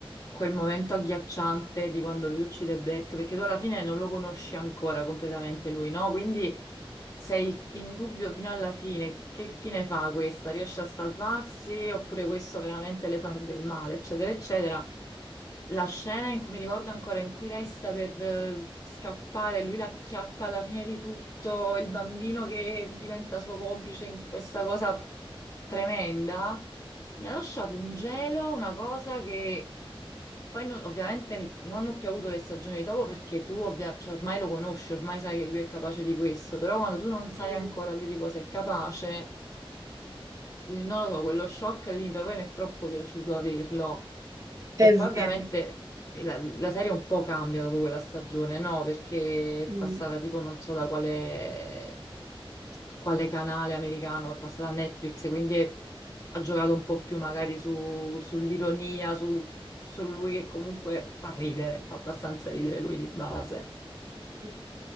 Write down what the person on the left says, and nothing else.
quel momento agghiacciante di quando lui uccide Beck, perché tu alla fine non lo conosci ancora completamente lui, no? Quindi sei in dubbio fino alla fine, che fine fa questa? Riesce a salvarsi oppure questo veramente le fa del male, eccetera, eccetera. La scena in cui mi ricordo ancora in cui lei sta per eh, scappare, lui la acchiappa alla fine di tutto, il bambino che diventa suo complice in questa cosa tremenda, mi ha lasciato un gelo, una cosa che poi non- ovviamente non ho più avuto le stagioni dopo perché tu ovvia- cioè, ormai lo conosci, ormai sai che lui è capace di questo, però quando tu non sai
ancora lui di cosa è capace. Dici, Non lo so, quello shock lì per poi mi è troppo piaciuto averlo.
E poi
ovviamente eh, la, la serie un po' cambia dopo quella stagione, no? Perché è
passata tipo non so da quale, quale canale americano, è passata a Netflix, quindi è- ha giocato un po' più magari su- sull'ironia, su, su lui che comunque fa ridere, fa abbastanza ridere lui di base.